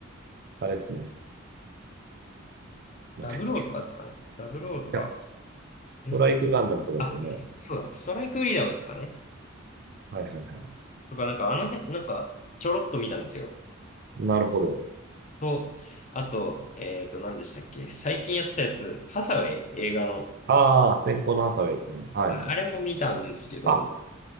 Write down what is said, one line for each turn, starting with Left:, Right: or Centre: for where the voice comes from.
Right: あれですね。なんだっけ。
Left: ダブローとかですかね。
Right: い
Left: ダブローとか、
Right: や、スストライクガンダムとかですよね。
Left: えあ、そうだ、ストライクフリーダムですかね。
Right: はいはいは
Left: とか、なんかあの辺、なんか、ちょろっと見たんですよ。
Right: い。なるほど。
Left: と、あと、えっと、何でしたっけ最近やってたやつ、ハサウェイ映画の。
Right: ああ、先行のハサウェイですね。はい。
Left: あれ、あれも見たんですけど、
Right: あ、